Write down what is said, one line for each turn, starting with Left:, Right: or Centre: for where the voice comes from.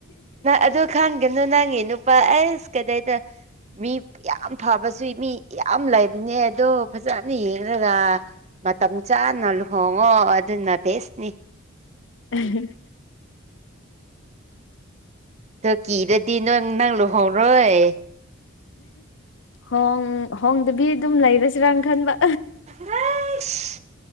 Right: ꯑꯗꯨ ꯈꯟꯒꯅꯨ ꯅꯪꯒꯤ ꯅꯨꯄꯥ ꯑꯁ ꯀꯗꯩꯗ ꯃꯤ ꯌꯥꯝ ꯐꯕꯁꯨꯏ ꯃꯤ ꯌꯥꯝ ꯂꯩꯕꯅꯦ ꯑꯗꯣ ꯐꯖꯅ ꯌꯦꯡꯈꯒ ꯃꯇꯝ ꯆꯥꯅ ꯂꯨꯍꯣꯡꯉꯣ ꯑꯗꯨꯅ ꯕꯦꯁꯅꯤ
Left: ꯎꯝꯍꯨꯝ
Right: ꯗꯀꯤꯔꯗꯤ ꯅꯪ ꯅꯪ ꯂꯨꯍꯣꯡꯔꯣꯏ
Left: ꯍꯣꯡ ꯍꯣꯡꯗꯕꯤ ꯑꯗꯨꯝ ꯂꯩꯔꯁꯤꯔ ꯈꯟꯕ
Right: ꯍꯩꯁ